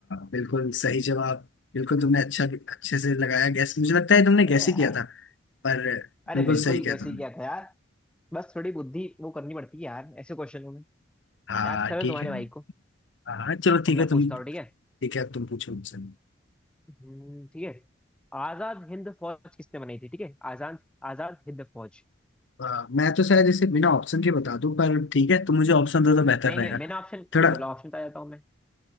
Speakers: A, on the left; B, in the centre.
A: बिल्कुल सही जवाब बिल्कुल तुमने अच्छा अच्छे से लगाया गैस मुझे लगता है तुमने गैस
B: अरे यार
A: ही किया था पर
B: अरे
A: बिल्कुल
B: बिल्कुल
A: सही किया
B: कैसे
A: तुमने
B: ही किया था यार बस थोड़ी बुद्धि वो करनी पड़ती है यार ऐसे क्वेश्चनों में
A: हाँ
B: याद सब है
A: ठीक
B: तुम्हारे
A: है
B: भाई को
A: हाँ चलो ठीक
B: अब मैं
A: है तुम
B: पूछता हूँ ठीक है
A: ठीक है अब तुम पूछो मुझसे
B: हम्म, ठीक है आजाद हिंद फौज किसने बनाई थी ठीक है आजाद आजाद हिंद फौज
A: आ, मैं तो शायद इसे बिना ऑप्शन के बता दूं पर ठीक है तुम मुझे ऑप्शन दो तो बेहतर
B: नहीं
A: रहेगा
B: नहीं बिना ऑप्शन
A: थोड़ा
B: चलो ऑप्शन तो आ जाता हूँ मैं